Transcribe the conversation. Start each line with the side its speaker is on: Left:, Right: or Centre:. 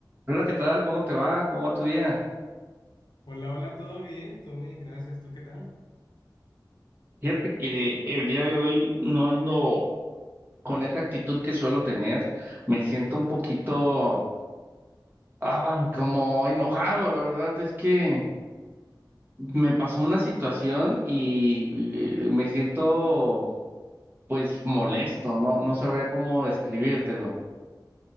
Right: Hola, ¿qué tal? ¿Cómo te va? ¿Cómo va tu día?
Left: Hola, hola, ¿todo bien? Todo bien, gracias. ¿Tú qué tal?
Right: Fíjate que el día de hoy no ando con esa actitud que suelo tener. Me siento un poquito, ah, como enojado. La verdad es que me pasó una situación y, y me siento, pues, molesto. No, no sabría cómo describírtelo.